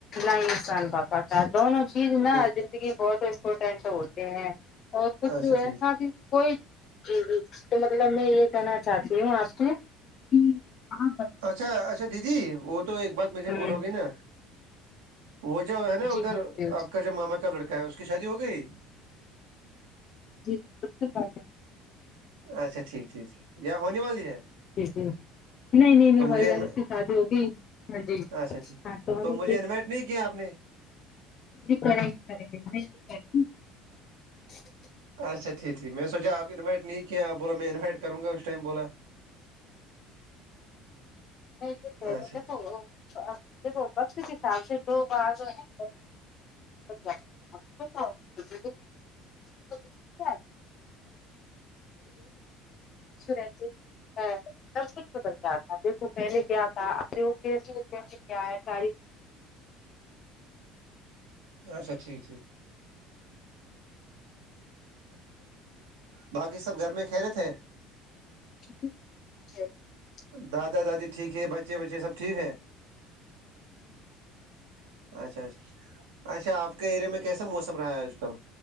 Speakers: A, on the left; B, on the right.
A: نہیںسان پاپا کا دونوں چیز
B: بالکل
A: بہت امپورٹینٹ ہوتے ہیں اور کچھ
B: اچھا ٹھیک
A: ایسا بھی کوئی جی جی تو مطلب میں یہ کہنا چاہتی ہوں آپ کو جی آپ
B: اچھا اچھا دیدی وہ تو ایک بات مجھے
A: ہ
B: بولوگی نا وہ جو ہے نا
A: جی
B: ادھر
A: جی جی
B: آپ کا جو ماما کا لڑکا ہے اس کی شادی ہو گئی
A: جی بالکل بھائی
B: اچھا ٹھیک ٹھیک یا ہونے والی ہے
A: جی نہیں نہیں نہیں
B: تو مجھے
A: بھائی جار
B: انوی-
A: اس کی شادی ہوگی ہاں جی
B: اچھا ٹھیک
A: ہاں تو
B: مجھے انوائٹ نہیں کیا آپ نے
A: کریں <inaudible>
B: اچھا ٹھیک ٹھیک میں سوچ آپ انوائٹ نہیں کیے آ بولا میں انوائٹ کروں گا اس ٹائم بولا
A: نہیںسا
B: اچھا
A: وہ دیکھو پک کے حساب سے لوگ آگئے ہیں <inaudible> وگق رہتے سب کچھ بدلتاات تھا دیکھو پہلے کیا تھا <inaudible> کیا ہے تاریخ
B: اچھا ٹھیک ٹھیک باقی سب گھر میں کہرے تھے
A: <inaudible>
B: دادا دادی ٹھیک ہے بچے بچے سب ٹھیک ہے اچھا اچھا اچھا آپ کے اریے میں کیسا موسم رہا ہے آج کل